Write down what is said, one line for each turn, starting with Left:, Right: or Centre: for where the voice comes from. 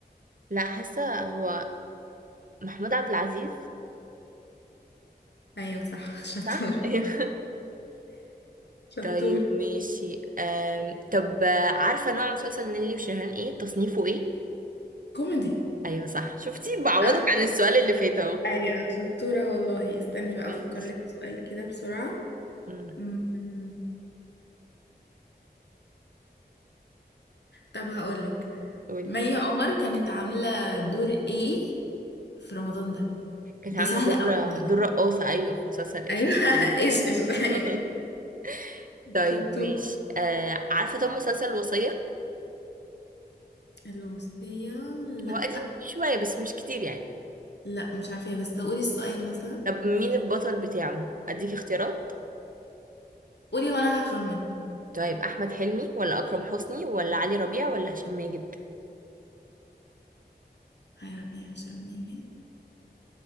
Right: لا حاسه هو محمود عبد العزيز
Left: ايوه صح <laughs> شطوره
Right: صح <laughs> ايوه
Left: شطوره
Right: طيب ماشي أم... طب عارفه نوع مسلسل نيللي وشيرين ايه تصنيفه ايه
Left: كوميدي
Right: ايوه صح شفتي بعوضك
Left: اه
Right: عن السؤال اللي فات اهو
Left: ايوه شطورة والله استني بقى
Right: ماشي
Left: افكر لك في سؤال كده بسرعة
Right: أمم،
Left: أمم، طب هقولك
Right: قولي
Left: مي عمر كانت عاملة دور ايه في رمضان ده
Right: كانت
Left: ده
Right: عامله
Left: سهل
Right: دور
Left: قوي بقى.
Right: دور رقاصه ايوه في مسلسل ايش
Left: ايوه <laughs> ايش ايش
Right: <laughs>
Left: ايوه
Right: طيب
Left: شطورة
Right: ماشي آه عارفه طب مسلسل الوصيه
Left: الوصية لا
Right: هو قديم شويه بس مش كتير يعني
Left: لا مش عارفة بس قولي السؤال مثلا
Right: طب مين
Left: قولي
Right: البطل بتاعه اديك اختيارات
Left: قولي وانا هخمن
Right: طيب احمد حلمي ولا اكرم حسني ولا علي ربيع ولا هشام ماجد
Left: يا ربي عشان ما يجي